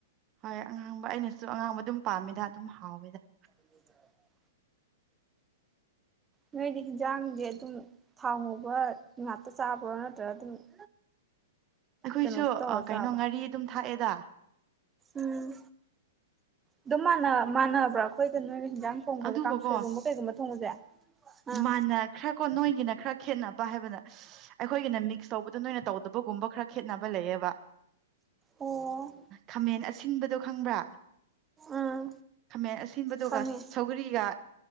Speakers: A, on the right; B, on the right.
A: ꯍꯣꯏ ꯑꯉꯥꯡꯕ ꯑꯩꯅꯁꯨ ꯑꯉꯥꯡꯕ ꯑꯗꯨꯝ ꯄꯥꯝꯃꯦꯗ ꯑꯗꯨꯝ ꯍꯥꯎꯋꯦꯗ
B: ꯎ ꯅꯣꯏꯗꯤ ꯍꯤꯟꯖꯥꯡꯁꯦ ꯑꯗꯨꯝ ꯊꯥꯎ ꯉꯧꯕ ꯉꯥꯛꯇ ꯆꯥꯕ꯭ꯔꯣ ꯅꯠꯇ꯭ꯔꯒ ꯑꯗꯨꯝ <inaudible>
A: ꯑꯩꯈꯣꯏꯁꯨ
B: ꯀꯩꯅꯣ ꯇꯧꯔ ꯆꯥꯕ꯭ꯔꯣ
A: ꯀꯩꯅꯣ ꯉꯥꯔꯤ ꯑꯗꯨꯝ ꯊꯥꯛꯑꯦꯗ
B: ꯎꯝ ꯑꯗꯨꯝ ꯃꯥꯟꯅꯕ꯭ꯔꯥ ꯑꯩꯈꯣꯏꯒ ꯅꯣꯏꯅ ꯌꯦꯟꯁꯥꯡ ꯊꯣꯡꯕꯁꯦ
A: ꯑꯗꯨꯕꯨꯀꯣ
B: ꯀꯥꯡꯁꯣꯏꯒꯨꯝꯕ ꯀꯩꯒꯨꯝꯕ ꯊꯣꯡꯕꯁꯦ ꯑꯥ
A: ꯃꯥꯟꯅ ꯈ꯭ꯔ ꯀꯣ ꯅꯣꯏꯒꯤꯅ ꯈꯔ ꯈꯦꯠꯅꯕ ꯍꯥꯏꯕꯗ ꯑꯩꯈꯣꯏꯒꯤꯅ ꯃꯤꯛꯁ ꯇꯧꯕꯗꯣ ꯅꯣꯏꯅ ꯇꯧꯕꯗꯒꯨꯝꯕ ꯈꯔ ꯈꯦꯠꯅꯕ ꯂꯩꯌꯦꯕ
B: ꯑꯣ
A: ꯈꯃꯦꯟ ꯑꯁꯤꯟꯕꯗꯣ ꯈꯡꯕ꯭ꯔ
B: ꯎꯝ
A: ꯈꯃꯦꯟ ꯑꯁꯤꯟꯕ ꯑꯗꯨꯒ
B: ꯈꯪꯉꯦ
A: ꯁꯧꯒ꯭ꯔꯤꯒ